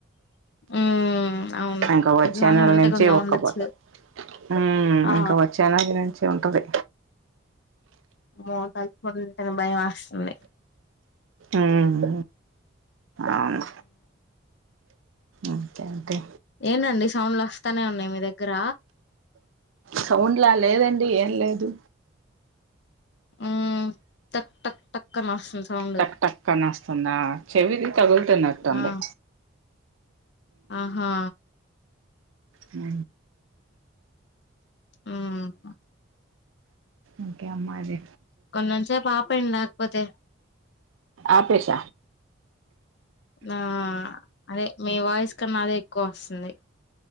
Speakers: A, on the left; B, on the right.
A: ఉమ్ అవును
B: ఇంకా వచ్చే
A: ఇట్లానే
B: నెల
A: ఉంటే
B: నుంచి
A: కొంచెం
B: ఉక్క
A: ఉండొచ్చు
B: పూత ఉమ్
A: ఆ
B: ఇంకా వచ్చే నెల నుంచి ఏ ఉంటది
A: మో తలుచుకుంటేనె భయం వస్తుంది
B: ఉమ్ అవును ఇంకేంటి
A: ఏంది అండి సౌండ్లు వస్తానే ఉన్నాయి మీ దగ్గర
B: సౌండ్ల లేదండి ఏం లేదు
A: ఉమ్ తక్ టక్ టక్ అని వస్తుంది. సౌండ్
B: చక్ టక్కని వస్తుందా చెవిది తగులుతున్నట్టుంది
A: ఆ ఆహా
B: హు
A: ఉమ్
B: ఓకే అమ్మాయిదే
A: కొన్నెన్సేప్ ఆపేయండి లేక్ పోతె
B: ఆపేస
A: నా అదె మీ వాయిస్ కన్నా అదే ఎక్కువ వస్తుంది